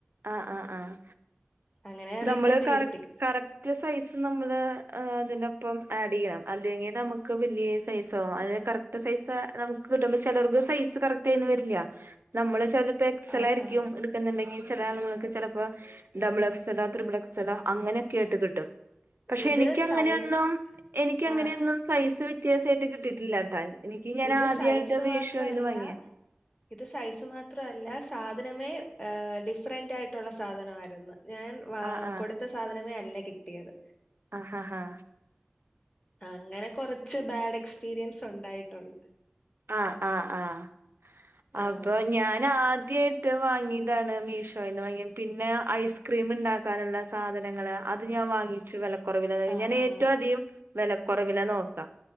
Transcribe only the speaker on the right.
ആഹ് ആഹ് ആഹ്
നമ്മള് കറക്
കറക് ക്ട് സൈസ് നമ്മള് അതിനൊപ്പം ആഡ് ചെയ്യണം അല്ലെങ്കിൽ നമുക്ക് വലിയ സൈസ് ആകും അതിനെ കറക് റ്റ് സൈസ് നമുക്ക് കിട്ടുമ്പോ ചിലവർക്ക് സൈസ് കറക്റ്റ് ആയിന്ന് വരില്ല നമ്മള് ചിലപ്പോ എക്സലായിരിക്കും
എടുക്കുന്നുണ്ടെങ്കിൽ ചില ആളുങ്ങൾക്ക് ചിലപ്പോ ഡബിൾ എക്സ്ലാലോ ത്രിപിൾ എക്സ്ലലോ അങ്ങനെയൊക്കെ ആയിട്ട് കിട്ടും പക്ഷെ
എനിക്ക് അങ്ങനെയൊന്നും
എനിക്ക് അങ്ങനെയൊന്നും
സൈസ് വ്യത്യാസായിട്ട് കിട്ടിയിട്ടില്ല ട്ടാ എനിക്ക് ഞാൻ
ആദ്യയിട്ടാ
മീശോയിന്ന്
വാങ്ങിയേ
ആ ആ
ആഹ് ഹാ ഹാ
ആഹ് ആഹ് ആഹ്
അപ്പൊ ഞാൻ ആദ്യയി ട്ട് വാങ്ങിതാണ് മീശോയിന്ന് വാങ്ങിത് പിന്നെ ഐസ്ക്രീം ഉണ്ടാക്കാനുള്ള സാധനങൾ അത് അത് ഞാൻ വാങ്ങിച്ചു വിലക്കുറവില്
ഞാൻ ഏറ്റവും
അധികം വിലക്കുറവില നോക്കാ